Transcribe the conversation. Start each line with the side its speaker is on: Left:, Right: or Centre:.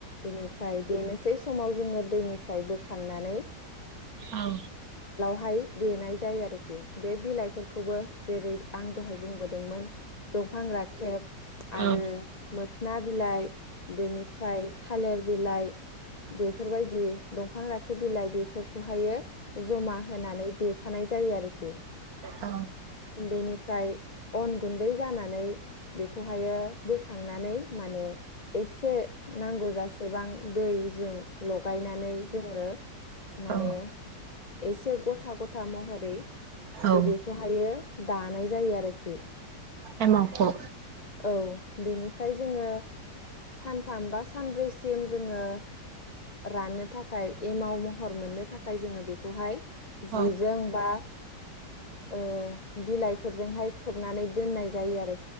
Left: बेनिफ्राय देनोसै सै समाव जोंङो दैनिफ्राय बोखांनानै
Right: औ
Left: हाय देनाय जायो आरोखि बे बिलाइफोरखौबो जेरै आं दहाय बुंबोदोंमोन दंफां राखेब आरो
Right: औ
Left: मोखोना बिलाइ बेनिफ्राय थालिर बिलाइ बेफोर बायदि दंफां राखेबा बिलाइ बेफोरखौहायो जमा होनानै दे थानाय जायो आरोखि
Right: औ
Left: बेनिफ्राय अन गुन्दै जानानै बेखौहायो बोख खांनानै माने एसे नांगौ जासेबां दैजों लगायनानै जोंङो माने
Right: औ
Left: एसे गथा गथा महरै
Right: औ
Left: एबे खौहायो दानाय जायो आरोखि।
Right: एमावखौ
Left: औ बेनिफ्राय जोंङो सानथाम बा सानब्रै सिम जोंङो रानो थाखाय एमाव महर मोननो थाखाय जोंङो बेखौहाय जिजों
Right: औ
Left: बा ओ बिलाइफोरजोंहाय खोबनानै दोननाय जायो आरो